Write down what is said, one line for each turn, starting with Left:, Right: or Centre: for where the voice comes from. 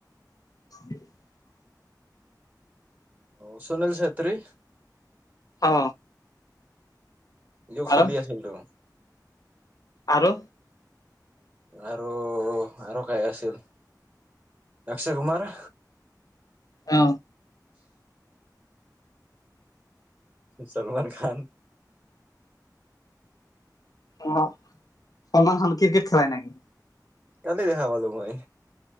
Left: <inaudible>
Right: অ সুনিল চেত্ৰী।
Left: অ।
Right: ইয়ো
Left: আৰু
Right: খেলি আছিলটো।
Left: আৰু
Right: আৰু আৰু কাই আছিল অক্ষয় কুমাৰ।
Left: অ।
Right: ছলমান খান।
Left: অ সলমান খান ক্ৰিকেট খেলাই নেকি?
Right: কালি দেখা পালো মই।